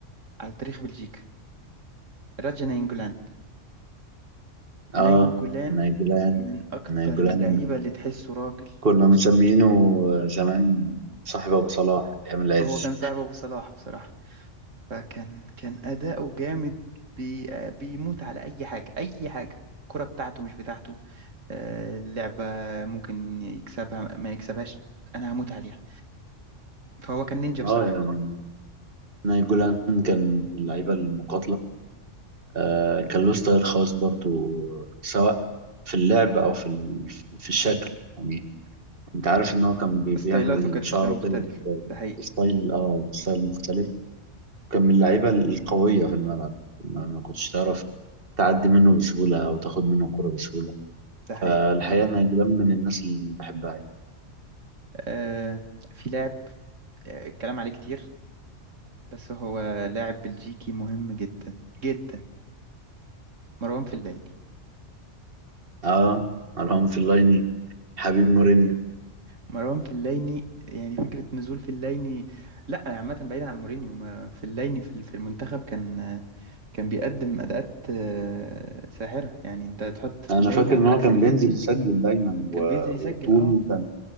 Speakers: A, on the right (about 80°); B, on the right (about 50°).
A: على تاريخ بلجيكا راجا ناينجولان ناينجولان
B: اه نايجولان
A: من اكتر
B: نايجولان
A: اللعيبه اللي تحسه راجل
B: كنا مسمينه زمان صاحب أبو صلاح أيام العز
A: هو كان صاحب ابو صلاح بصراحه فكان كان اداؤه جامد بي آه، بيموت على اي حاجه اي حاجه الكره بتاعته مش بتاعته آه اللعبه ممكن يكسبها ما يكسبهاش انا هموت عليها فهو كان نينجا بصراحه
B: اه يعني نايجولان كان من اللعيبة المقاتلة آه كان له ستايل خاص برضو سواء في اللعب أو في ال- في الشكل يعني أنت عارف إن هو كان بي- بيعمل
A: ستايلاته كانت
B: شعره
A: مختلفه
B: كده
A: ده حقيقي
B: بستايل اه بستايل مختلف كان من اللعيبة القوية في الملعب ما ما كنتش تعرف تعدي منه بسهولة أو تاخد منه الكرة بسهولة
A: ده حقيقي
B: فالحقيقة أنا جبان من الناس اللي بحبها يعني
A: آه في لاعب آه، الكلام عليه كتير بس هو لاعب بلجيكي مهم جدا جدا مروان فليني
B: آه أرقام في اللايني حبيب مورينيو
A: مروان فليني يعني فكرة نزول فليني لا عامة بعيدا عن مورينيو ما- فليني في في المنتخب كان كان بيقدم أداءات آه، ساحرة يعني انت تحط فليني
B: أنا فاكر إن
A: وأكسل
B: هو كان
A: فيتسل
B: بينزل يسجل دايما
A: كان
B: و...
A: بينزل يسجل
B: وطوله
A: اه
B: كان